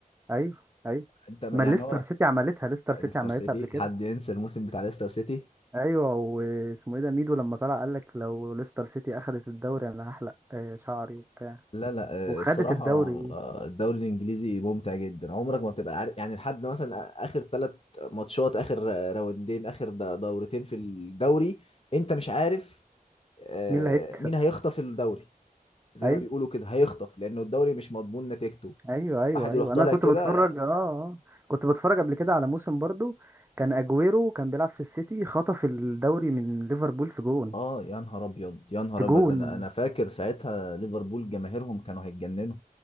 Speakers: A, on the right; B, on the left.
A: ايوه ايوه
B: انت ما-
A: ما
B: يعني
A: ليستر
B: هو
A: سيتي عملتها ليستر سيتي
B: ليستر
A: عملتها
B: سيتي
A: قبل كده
B: حد ينسى الموسم بتاع ليستر سيتي
A: ايوه واسمه ايه ده ميدو لما طلع قال لك لو ليستر سيتي اخذت الدوري انا هحلق آه، شعري وبتاع
B: لا لا
A: وخدت
B: آه، الصراحه
A: الدوري
B: آه، الدوري الانجليزي ممتع جدا عمرك ما بتبقى عارف يعني لحد مثلا اخر ثلاث ماتشات اخر آه، راوندين اخر د- دورتين في الدوري انت مش عارف آه،
A: مين اللي هيكسب
B: مين هيخطف الدوري زي
A: ايوه
B: ما بيقولوا كده هيخطف لانه الدوري مش مضمون نتيجته
A: ايوه ايوه
B: واحد
A: ايوه
B: يروح طالع
A: انا كنت
B: كده
A: بتفرج اه آه. كنت بتفرج قبل كده على موسم برضو كان اجويرو كان بيلعب في السيتي خطف الدوري من ليفربول في جون
B: اه يا نهار ابيض يا نهار
A: في جون
B: ابيض ده انا انا فاكر ساعتها ليفربول جماهيرهم كانوا هيتجننوا